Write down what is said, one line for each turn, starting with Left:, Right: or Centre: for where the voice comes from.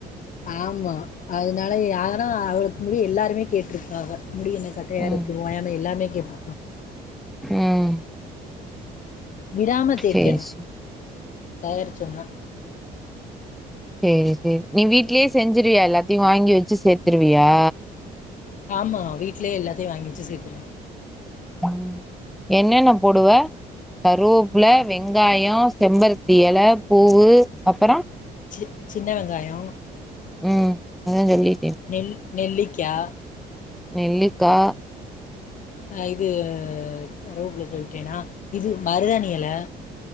Left: ஆம்மா அதனால யானா அவளுக் முடி எல்லாருமே கேட்ருக்காக முடி என்ன கட்டயா
Centre: ம்
Left: ருக்கு ஓயாம எல்லாமே கேப்
Centre: ம்
Left: விடாம தேய்கெணு
Centre: சேரி சேரி
Left: தயாரிச்சோம்னா
Centre: செரி செரி நீ வீட்லே செஞ்சிருவியா எல்லாத்யு வாங்கி வச்சி சேத்ருவியா
Left: ஆமா வீட்லே எல்லாத்யு வாங்கி வச்சி சேத்ருவ
Centre: ம் என்னென்ன போடுவ கருவோப்ல வெங்காயும் செம்பருத்தி எல பூவு அப்பரோ
Left: சி சின்ன வெங்காயு
Centre: ம் அதான் சொல்லி
Left: நெல் நெல்லிக்கா
Centre: நெல்லிக்கா
Left: ஆ இது கருவோப்ல சொல்ட்டேன்னா இது மருதாணி எல